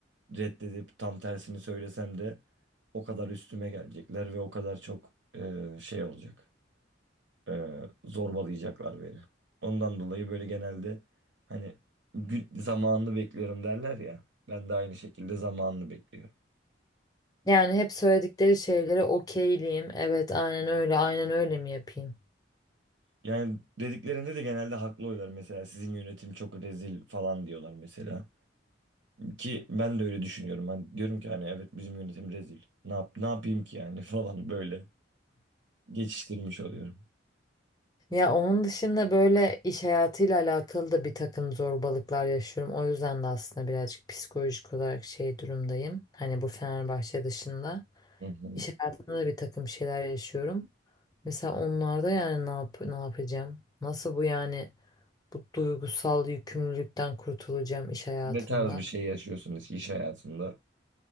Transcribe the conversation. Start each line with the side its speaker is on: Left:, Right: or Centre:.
Right: reddedip tam tersini söylesem de o kadar üstüme gelecekler ve o kadar çok e, şey olacak. E, zorbalayacaklar beni. Ondan dolayı böyle genelde hani gü- zamanını bekliyorum derler ya. Ben de aynı şekilde zamanını bekliyorum.
Left: Yani hep söyledikleri şeylere okeyliyim. Evet, aynen öyle, aynen öyle mi yapayım?
Right: Yani dediklerinde de genelde haklı oluyorlar. Mesela sizin yönetim çok rezil falan diyorlar mesela. Ki ben de öyle düşünüyorum. Ben diyorum ki hani evet bizim yönetim rezil. Ne yap ne yapayım ki yani <laughs> falan böyle geçiştirmiş oluyorum.
Left: Ya onun dışında böyle iş hayatıyla alakalı da bir takım zorbalıklar yaşıyorum. O yüzden de aslında birazcık psikolojik olarak şey durumdayım. Hani bu Fenerbahçe dışında.
Right: Hı hı.
Left: İş hayatında da bir takım şeyler yaşıyorum. Mesela onlarda yani ne yap ne yapacağım? Nasıl bu yani bu duygusal yükümlülükten kurtulacağım iş hayatında?
Right: Ne tarz bir şey yaşıyorsunuz iş hayatında?